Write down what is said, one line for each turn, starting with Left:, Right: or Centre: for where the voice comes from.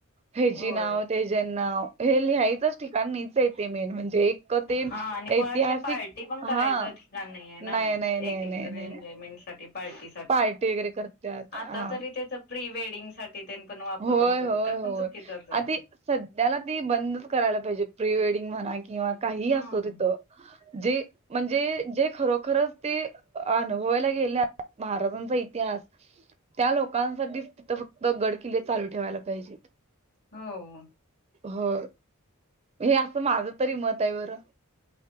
Right: हेजी
Left: होय.
Right: नाव तेजन नाव हे लिहायचच ठिकाणीच आहे ते मेन म्हणजे एक ते
Left: हा आणि मुळात
Right: ऐतिहासिक
Left: ते पार्टी पण करायचं
Right: हा
Left: नाही आहे ना
Right: नाही नाही नाही
Left: एक एक
Right: नाही
Left: जण
Right: नाही
Left: एन्जॉयमेंट साठी पार्टी
Right: पार्टी वगैरे करत्यात
Left: आता
Right: हा
Left: तरी त्याच प्री-वेडिंग साठी. पण वापर
Right: होय
Left: होतो,
Right: होय
Left: तर
Right: होय
Left: पण चुकीचाच आहे.
Right: आ ते सध्याला ती बंदच करायला पाहिजे, प्री वेडिंग म्हणा किंवा काही
Left: हम्म.
Right: असतो तिथं. जे. म्हणजे जे खरोखरच ते अनुभवायला गेल्यात महाराजांचा इतिहास त्या लोकांसाठी तिथं फक्त गड किल्ले चालू ठेवायला पाहिजेत.
Left: हो.
Right: हो, हे असं माझ तरी मत आहे बरं.